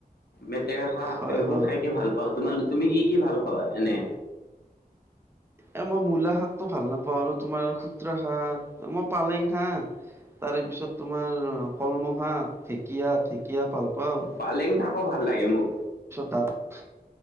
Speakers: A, on the left (about 80°); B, on the right (about 15°).
A: মেটেকা শাক
B: হয়,
A: এইবোৰ
B: হয়।
A: খাই কে ভাল পাওঁ। তোমাৰ তুমি কি কি ভাল পৱা এনে?
B: এ, মই মূলা শাকটো ভাল নাপাওঁ আৰু তোমাৰ খুতৰা শাক, মই পালেং শাক তাৰে পিছত তোমাৰ কলম' শাক, ঢেকীয়া, ঢেকীয়া ভাল পাওঁ।
A: পালেং শাকো ভাল লাগে মোক।
B: তাৰপিছত